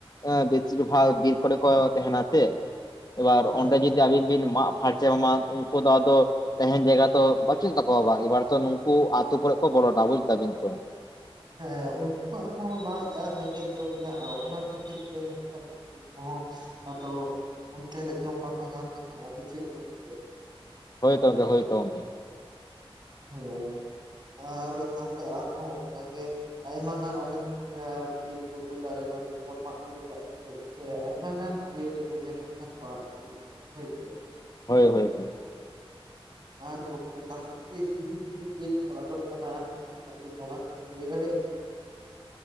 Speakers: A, on the left; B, on the right.
A: ᱮᱸ, ᱵᱤᱥᱤᱨ ᱵᱷᱟᱜ ᱵᱤᱨ ᱠᱚᱨᱮ ᱠᱚ ᱛᱮᱦᱮᱱᱟ ᱥᱮ ᱾ ᱮᱵᱟᱨ
B: ᱦᱮᱸ
A: ᱚᱸᱰᱮ ᱡᱩᱫᱤ ᱟᱵᱤᱱ ᱵᱤᱱ ᱢᱟᱜ ᱯᱷᱟᱨᱪᱟᱭ ᱢᱟ ᱩᱱᱠᱩ ᱫᱚ ᱟᱫᱚ ᱛᱟᱦᱮᱱ ᱡᱟᱭᱜᱟ ᱛᱚ ᱵᱟᱹᱪᱩᱜ ᱛᱟᱠᱚᱣᱟ ᱵᱟ ᱮᱵᱟᱨ ᱛᱚ ᱱᱩᱝ ᱠᱩ ᱟᱛᱩ ᱠᱚᱨᱮ ᱠᱚ ᱵᱚᱞᱚᱱᱟ ᱵᱩᱡᱽ-ᱫᱟ ᱵᱤᱱ ᱛᱚ᱾
B: ᱦᱮᱸ, ᱩᱱᱠᱩᱣᱟᱜ ᱦᱚᱸ ᱞᱟᱡ ᱟᱨ ᱨᱮᱸᱜᱮᱡ ᱫᱚ ᱢᱮᱱᱟᱜᱼᱟ ᱚᱱᱟ ᱠᱷᱟᱹᱛᱤᱨ ᱛᱮ ᱦᱟᱸᱜ ᱠᱷᱟᱱ ᱯᱚᱸᱠ-ᱥ ᱟᱫᱚ ᱚᱱᱛᱮ ᱨᱮ ᱡᱚᱢ ᱵᱟᱠᱚ ᱧᱟᱢ ᱞᱮᱠᱷᱟᱱ ᱟᱛᱚ ᱥᱮᱫ ᱠᱚ ᱦᱤᱡᱩᱜᱼᱟ᱾
A: ᱦᱳᱭ ᱛ ᱜᱚᱢᱠᱮ ᱦᱳᱭ ᱛᱟᱵᱚᱱ ᱯᱮ ᱾
B: ᱦᱮᱸ, ᱟᱨ ᱛᱟᱦᱞᱮ ᱟᱨᱦᱚᱸᱵᱷᱟᱜᱮ ᱟᱭᱢᱟ ᱜᱟᱱ ᱚᱱᱮ ᱮᱸ, ᱵᱤᱨ ᱵᱩᱨᱩ ᱫᱟᱨᱮᱱᱟᱹᱲᱤ ᱠᱚ ᱵᱚᱱ ᱢᱟᱜ ᱜᱤᱰᱤᱠᱟᱜ ᱠᱟ ᱟᱭᱢᱟ ᱜᱟᱱ ᱡᱤᱭᱟᱹᱞᱤ ᱠᱚ ᱜᱮ ᱦᱟᱜ ᱵᱚᱱ ᱟᱫ ᱠᱮᱫ ᱠᱚᱶᱟ ᱦᱳᱭ ᱥᱮ
A: ᱦᱳᱭ ᱦᱳᱭ ᱦᱳᱭ
B: ᱟᱨ ᱜᱚᱝᱠᱮ ᱛᱟᱦᱚᱞᱮ ᱪᱮᱫ ᱪᱤᱞᱤ ᱪᱤᱞᱤ ᱡᱤᱭᱟᱹᱞᱤ ᱠᱚ ᱟᱫᱚᱜ ᱠᱟᱱᱟ ᱮᱱᱠᱷᱟᱱ ᱟᱵᱤᱱ ᱚᱱᱟ ᱠᱚᱵᱤᱱ ᱞᱟᱹᱭ ᱫᱟᱲᱮᱭᱟᱜᱼᱟ